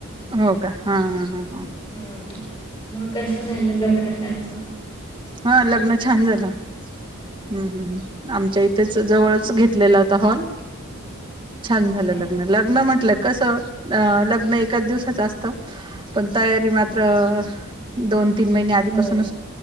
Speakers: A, on the right; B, on the left.
A: हो का हा हां हां
B: हम् मग कस झालं लग्नत्यांच
A: हा लग्न छान झालं हम्म हम् आमच्या इ थेचं जवळचं घेतलेलाता हाॅल छान
B: अच्छा
A: झाल लग्न म्हठल त कसं अ लग्न एकाच दिवसाचं असत पण तयारी मात्र दोन तीन महिने आधीपासून
B: हो